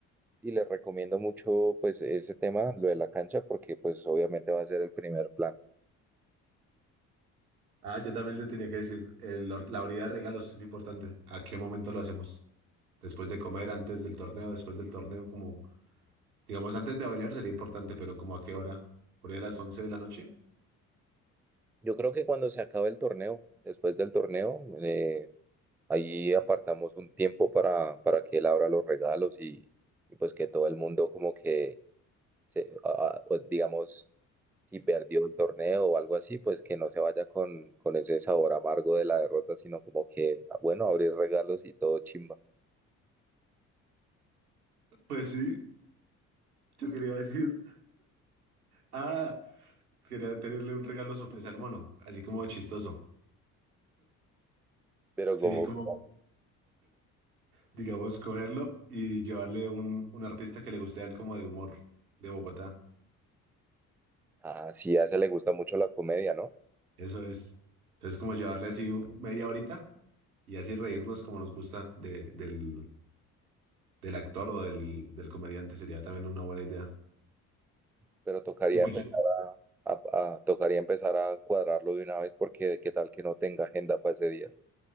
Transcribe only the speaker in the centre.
y les recomiendo mucho pues ese tema, lo de la cancha, porque pues obviamente va a ser el primer plan.
Yo creo que cuando se acabe el torneo, después del torneo, eh, Ahí apartamos un tiempo para, para que él abra los regalos y, y pues que todo el mundo como que, se, a- a- pues, digamos, si perdió el torneo o algo así, pues que no se vaya con, con ese sabor amargo de la derrota, sino como que, ah, bueno, abrir regalos y todo chimba.
Pero
como,
ah sí a ese le gusta mucho la comedia, ¿no?
Pero tocaría
empezar a, a- a- tocaría empezar a cuadrarlo de una vez porque qué tal que no tenga agenda para ese día.